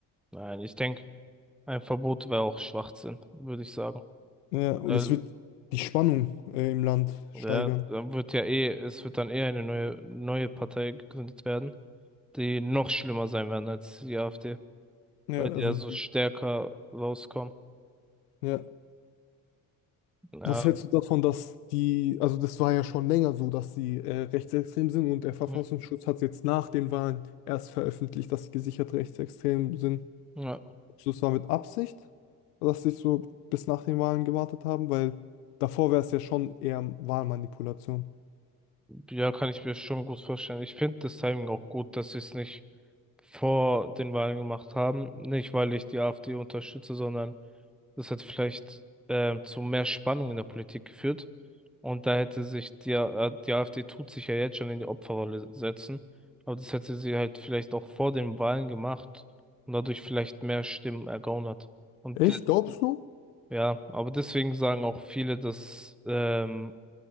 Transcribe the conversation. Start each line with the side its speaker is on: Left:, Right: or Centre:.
Centre: Nein, ich denke, ein Verbot wäre auch Schwachsinn, würde ich sagen.
Left: Ja, und
Centre: Weil,
Left: es wird die Spannung äh, im Land steigern.
Centre: ja, dann wird ja eh, es wird dann eh eine neue, neue Partei gegründet werden, die noch schlimmer sein werden als die AfD.
Left: Ja,
Centre: weil die
Left: also,
Centre: ja so
Left: die-
Centre: stärker rauskommen.
Left: ja.
Centre: Ja,
Left: Was hältst du davon, dass die, also das war ja schon länger so, dass sie äh, rechtsextrem sind und der Verfassungsschutz
Centre: mhm.
Left: hat jetzt nach den Wahlen erst veröffentlicht, dass sie gesichert rechtsextrem sind.
Centre: ja,
Left: Glaubst du, Das war mit Absicht, dass sie so bis nach den Wahlen gewartet haben, weil davor wäre es ja schon eher Wahlmanipulation.
Centre: ja, kann ich mir schon gut vorstellen. Ich finde das Timing auch gut, dass sie es nicht vor den Wahlen gemacht haben. Nicht, weil ich die AfD unterstütze, sondern das hat vielleicht ähm, zu mehr Spannung in der Politik geführt. Und da hätte sich die, äh, die AfD tut sich ja jetzt schon in die Opferrolle setzen. Aber das hätte sie halt vielleicht auch vor den Wahlen gemacht und dadurch vielleicht mehr Stimmen ergaunert. Und
Left: Echt,
Centre: äh,
Left: glaubst du?
Centre: Ja, aber deswegen sagen auch viele, dass ähm,